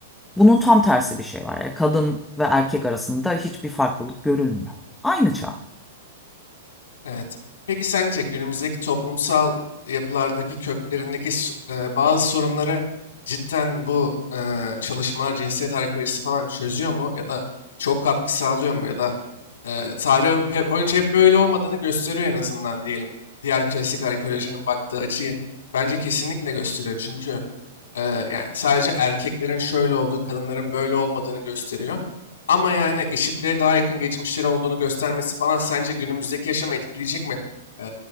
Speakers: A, in the centre; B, on the left.
A: bunun tam tersi bir şey var. Yani kadın ve erkek arasında hiçbir farklılık görülmüyor. Aynı çağ.
B: Evet. Peki sence günümüzdeki toplumsal yapılardaki köklerindeki s- e, bazı sorunları cidden bu e, çalışmalar cinsiyet arkeolojisi falan çözüyor mu? Ya da çok katkı sağlıyor mu? Ya da e, tarih hep, önce hep böyle olmadığını gösteriyor en azından diyelim. Diğer klasik arkeolojinin baktığı açıyı bence kesinlikle gösteriyor. Çünkü e, yani sadece erkeklerin şöyle olduğu, kadınların böyle olmadığını gösteriyor. Ama yani eşitliğe daha yakın geçmişleri olduğunu göstermesi falan sence günümüzdeki yaşamı etkileyecek mi? Ee,